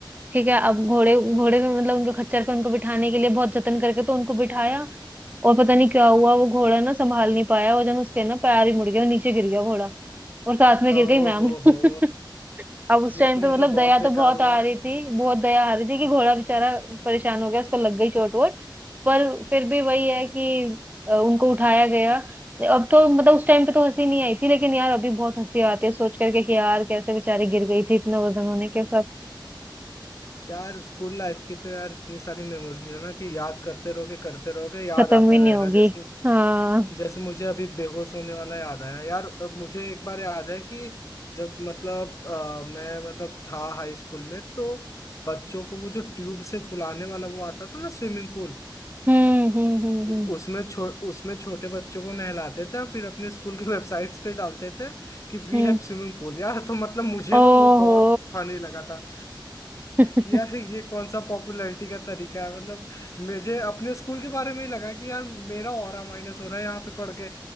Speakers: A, on the right; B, on the left.
A: ठीक है अब घोड़े घोड़े पे मतलब उनके खच्चर पे उनको बिठाने के लिए बहुत जतन करके तो उनको बिठाया और पता नहीं क्या हुआ वो घोड़ा ना संभाल नहीं पाया वजन उसके ना पैर ही मुड़ गया और नीचे गिर गया घोड़ा और साथ में गिर
B: ओहो
A: गई मैम
B: हो
A: <laughs> अब उस
B: ये
A: टाइम
B: तो
A: पे
B: मतलब
A: मतलब
B: बहुत
A: दया
B: बेकार
A: तो बहुत
B: हुआ
A: आ रही थी बहुत दया आ रही थी कि घोड़ा बेचारा परेशान हो गया उसको लग गई चोट वोट पर फिर भी वही है कि अ, उनको उठाया गया अब तो मतलब उस टाइम पे तो हंसी नहीं आई थी लेकिन यार अभी बहुत हंसी आती है सोच करके कि यार कैसे बेचारी गिर गई थी इतना वजन होने के साथ
B: यार स्कूल लाइफ की तो यार इतनी सारी मेमोरीज है ना कि याद करते रहोगे करते रहोगे याद
A: खत्म
B: आता
A: भी नहीं
B: रहेगा
A: होगी
B: जैसे
A: हाँ
B: जैसे मुझे अभी बेहोश होने वाला याद आया यार अब मुझे एक बार याद है कि जब मतलब अ, मैं मतलब था हाई स्कूल में तो बच्चों को वो जो ट्यूब से फुलाने वाला वो आता था ना स्विमिंग पूल
A: हम्म हम्म हम्म
B: उ-
A: हम्म
B: उसमें छो, उसमें छोटे बच्चों को नहलाते थे फिर अपने स्कूल की वेबसाइट्स पे डालते थे कि वी
A: हम्म।
B: हैव स्विमिंग पूल यार तो मतलब मुझे
A: ओहो
B: ना वो बहुत फनी लगा था
A: <laughs>
B: कि यार ये कौन सा पॉपुलैरिटी का तरीका है मतलब मुझे अपने स्कूल के बारे में ही लगा कि यार मेरा ऑरा माइनस हो रहा है यहाँ पे पढ़ के